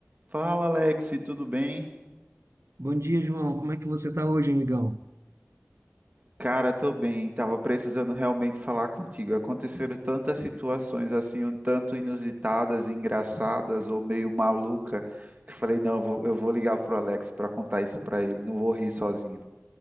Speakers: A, on the right; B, on the right.
A: Fala, Alex, tudo bem?
B: Bom dia, João. Como é que você está hoje, amigão?
A: Cara, tô bem. Tava precisando realmente falar contigo. Aconteceram tantas situações assim, um tanto inusitadas, engraçadas ou meio maluca, que eu falei, não, eu vou, eu vou ligar pro Alex pra contar isso pra ele, não vou rir sozinho.